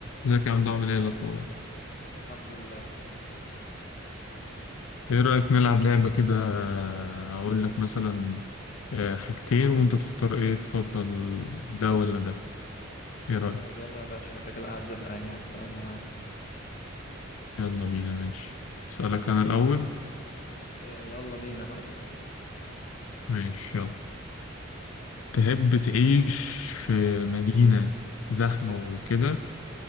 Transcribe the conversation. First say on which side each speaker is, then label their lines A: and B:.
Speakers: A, on the left; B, on the left.
A: ازيك يا عبد عامل ايه الاخبار
B: الحمد لله
A: ايه رايك نلعب لعبه كده آه، اقول لك مثلا آه، حاجتين وانت تختار ايه تفضل ده ولا ده ايه رايك
B: طيب يلا يا باشا انا كده كده قاعد زهقان يعني فيلا معاك
A: يلا بينا ماشي اسالك انا الاول
B: إيه يلا بينا يا معلم
A: ماشي يلا تحب تعيش في مدينه زحمه وكده